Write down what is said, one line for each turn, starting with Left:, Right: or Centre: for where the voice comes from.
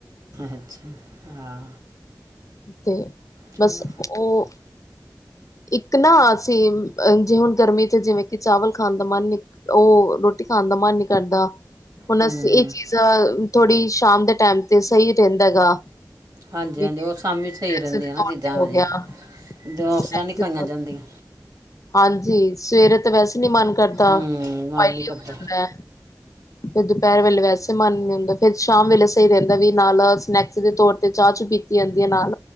Right: ਅੱਛਾ ਹਾਂ
Left: ਤੇ
Right: ਚਲੋ
Left: ਬਸ ਉਹ ਇੱਕ ਨਾ ਅਸੀਂ ਅ ਜੇ ਹੁਣ ਗਰਮੀ ਚ ਜਿਵੇਂ ਕਿ ਚਾਵਲ ਖਾਂਦੇ ਦਾ ਮਨ ਨੀ ਉਹ ਰੋਟੀ ਖਾਣ ਦਾ ਮਨ ਨੀ ਕਰਦਾ ਹੁਣ
Right: ਹੂੰ
Left: ਅ ਇਹ
Right: ਹੂੰ
Left: ਚੀਜ਼ ਥੋੜੀ ਸ਼ਾਮ ਦੇ ਟਾਈਮ ਤੇ ਸਹੀ ਰਹਿੰਦਾ ਗਾ
Right: ਹਾਂਜੀ
Left: ਵੀ
Right: ਹਾਂਜੀ ਉਹ ਸ਼ਾਮੀ ਸਹੀ
Left: ਸਨੈਕਸ
Right: ਰਹਿੰਦੀ
Left: ਦੇ
Right: ਆ ਨਾ
Left: ਤੌਰ
Right: ਚੀਜ਼ਾਂ
Left: ਤੇ ਹੋ
Right: ਹਰੀ
Left: ਗਿਆ
Right: <unintelligible> ਤਾਂ
Left: ਸਨੈਕਸ
Right: ਵੀ ਖਾਈਆਂ
Left: ਦੇ ਤੌਰ
Right: ਜਾਂਦੀਆਂ
Left: ਤੇ ਹਾਂਜੀ ਸਵੇਰੇ ਤੇ ਵੈਸੇ ਨਹੀਂ ਮਨ ਕਰਦਾ
Right: ਹੂੰ ਮਨ
Left: ਆਇਲੀ
Right: ਨਹੀਂ ਕਰਦਾ
Left: ਹੋ ਜਾਂਦਾ ਹੈ ਫਿਰ ਦੁਪਹਿਰ ਵੇਲੇ ਵੈਸੇ ਮਨ ਨੀ ਹੁੰਦਾ ਫਿਰ ਸ਼ਾਮ ਵੇਲੇ ਸਹੀ ਰਹਿੰਦਾ ਵੀ ਨਾਲ ਸਨੈਕਸ ਦੇ ਤੌਰ ਤੇ ਚਾਹ ਚੂ ਪੀਤੀ ਜਾਂਦੀ ਹੈ ਨਾਲ